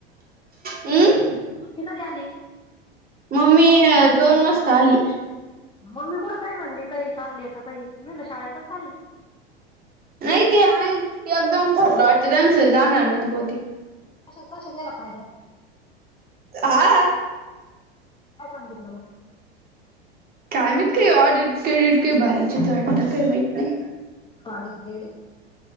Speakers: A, on the right; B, on the left.
A: हम्
B: मम्मी कधी आली
A: मम्मी दोन वाजता आली
B: मम्मी कुंठ काही म्हणली काही चालले का काही मी म्हणलं शाळेतच चालल्या
A: नाही ते आहे ते एकदम ठरले, वाटतं त्यांच जाणार नव्हते बहुतेक
B: तसं तसं गेला कायदे
A: हां
B: काय सांगितलं मग
A: काय माहित काही ऑडिट क्रेडिट काही भरायचे ते वाटतं काही माहीत नाही
B: ऑडिट, क्रेडिट